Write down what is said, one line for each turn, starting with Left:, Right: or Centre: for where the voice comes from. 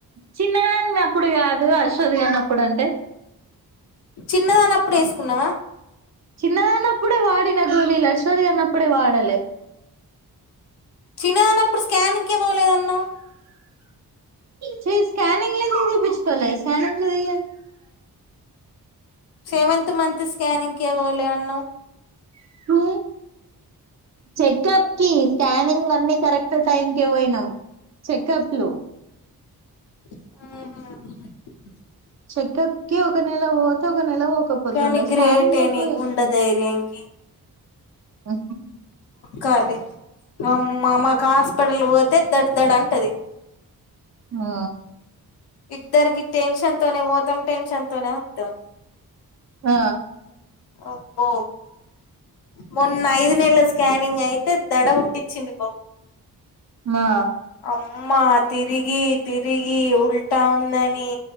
Right: చిన్నదాన్ని అప్పుడు కాదు. అశ్వథ్ గాన్నప్పుడు అంటే
Left: చిన్నదాన్నప్పుడు వేసుకున్నావా.
Right: చిన్నదాని అప్పుడే వాడిన గోళీలు. అశ్వత్ గాని అప్పుడే వాడలే.
Left: చిన్నదాన్నప్పుడు స్కానింకే పోలేదన్నావు.
Right: చీ స్కానింగ్ లు ఎందుకు తీపించుకోలే. స్కానింగ్ లు తీ
Left: సెవెన్త్ మంత్ స్కానింగ్ కే పోలే అన్నావు.
Right: ప్పుడు చెకప్ కి స్కానింగ్ అన్నీ కరెక్ట్ టైం కె పోయినాం. చెకప్లు
Left: ఉమ్మ్
Right: చెకప్కి ఒక నేల పోతే. ఒక నెల ఒక నెల పోకపోతుండే.
Left: కానీ
Right: స్కానింగ్లకె
Left: గ్రేటే నీకు
Right: పోయి వస్తుండే.
Left: గుండె ధైర్యంకి
Right: ఉ
Left: కాలి. అమ్మా మాకు హాస్పిటల్ పోతే దడ్ దడ అంటది
Right: ఆ
Left: ఇద్దరికి టెన్షన్ తోనే పోతం టెన్షన్ తోనే ఓత్తం
Right: ఆ
Left: అబ్బో మొన్న ఐదు నేళ్ళ స్కానింగ్ అయితే దడ పుట్టిచ్చింది పో
Right: మా
Left: అమ్మా తిరిగి తిరిగి ఉల్టా ఉందని